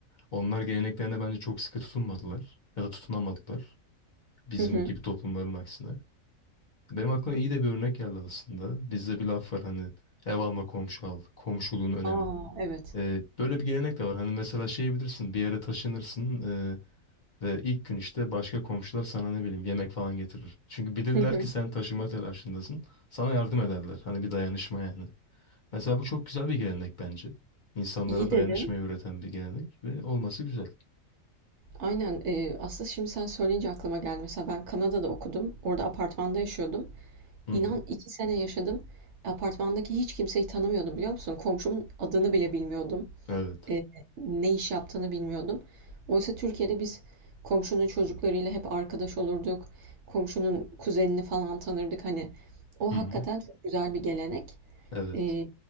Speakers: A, on the left; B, on the right.
A: Onlar geleneklerine bence çok sıkı tutunmadılar. Ya da tutunamadılar. Bizim
B: Hı hı.
A: gibi toplumların aksine. Benim aklıma iyi de bir örnek geldi aslında. Bizde bir laf var hani ev alma komşu al. Komşuluğun önemi.
B: A, evet.
A: Ee, böyle bir gelenek de var. Hani mesela şey bilirsin bir yere taşınırsın. e, ve ilk gün işte başka komşular sana ne bileyim yemek falan getirir. Çünkü bilirler
B: Hı hı.
A: ki sen taşıma telaşındasın. Sana yardım ederler. Hani bir dayanışma yani. Mesela bu çok güzel bir gelenek bence. İnsanlara
B: İyi
A: dayanışmayı
B: dedin.
A: öğreten bir gelenek ve olması güzel.
B: Aynen, eee, aslında şimdi sen söyleyince aklıma geldi. Mesela ben Kanada'da okudum. Orada apartmanda yaşıyordum.
A: Hı
B: İnan
A: hı.
B: 2 sene yaşadım. Apartmandaki hiç kimseyi tanımıyordum biliyor musun? Komşumun adını bile bilmiyordum.
A: Evet.
B: e, ne iş yaptığını bilmiyordum. Oysa Türkiye'de biz komşunun çocuklarıyla hep arkadaş olurduk. Komşunun kuzenini falan tanırdık. Hani o
A: Hı hı.
B: hakikaten çok güzel bir gelenek.
A: Evet.
B: E,